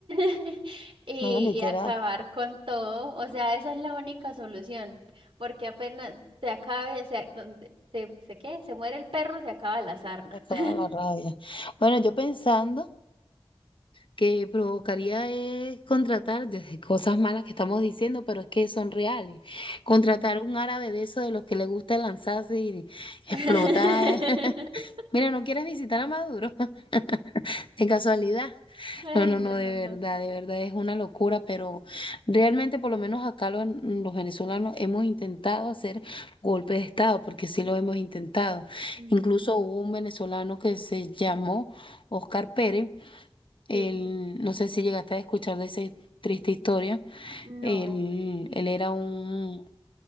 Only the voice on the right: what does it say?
<laughs> y,
y acabar con todo. O sea, esa es la única solución, porque apenas se acabe, se, donde se, se, ¿qué? Se muere el perro, se acaba la sarna.
<laughs>
Mm.
<laughs>
Ay,
no,
no,
no.
Ujú.
Sí,
no.